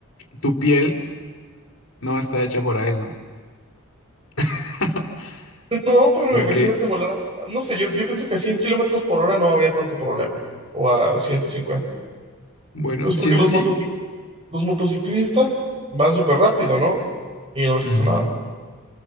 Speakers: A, on the left; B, on the right.
A: tu piel no está hecha para eso. <laughs>
B: No, pero
A: Como
B: imagínate
A: que,
B: volar, a- no sé, yo, yo pienso que a 100 kilómetros por hora no habría tanto problema, o a 150.
A: bueno,
B: Pues
A: si
B: porque
A: es
B: los
A: así,
B: motoci- los motociclistas van súper rápido, ¿no? Y no les
A: ujú,
B: pasa nada.